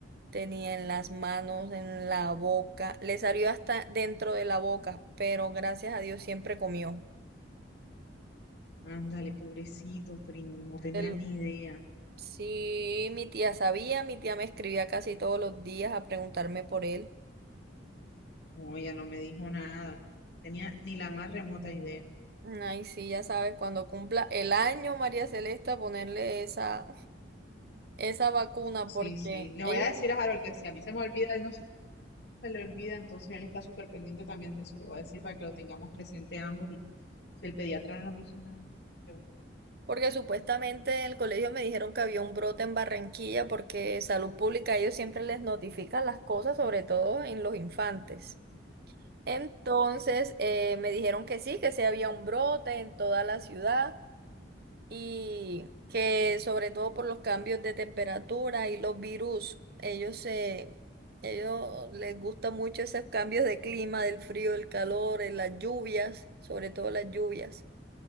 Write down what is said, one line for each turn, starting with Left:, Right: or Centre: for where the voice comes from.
Right: tenía en las manos, en la boca, le salió hasta dentro de la boca, pero gracias a Dios siempre comió.
Left: Ándale, pobrecito, primo, no tenía
Right: El
Left: ni idea.
Right: sí, mi tía sabía, mi tía me escribía casi todos los días a preguntarme por él.
Left: No, ella no me dijo nada. Tenía ni la más remota idea.
Right: Ay, sí, ya sabes, cuando cumpla el año, María Celeste, a ponerle esa, esa vacuna
Left: Sí,
Right: porque
Left: sí. Le
Right: ellos
Left: voy a decir a Harold que si a mí se me olvida, él no se le olvida, entonces él está súper pendiente también de eso. Le voy a decir para que lo tengamos presente ambos y si el pediatra no nos dice nada, nosotros preguntamos.
Right: Porque supuestamente en el colegio me dijeron que había un brote en Barranquilla porque Salud Pública a ellos siempre les notifican las cosas, sobre todo en los infantes. Entonces eh, me dijeron que sí, que sí había un brote en toda la ciudad y que sobre todo por los cambios de temperatura y los virus, ellos se, ellos les gusta mucho esos cambios de clima, del frío, del calor, eh, las lluvias, sobre todo las lluvias.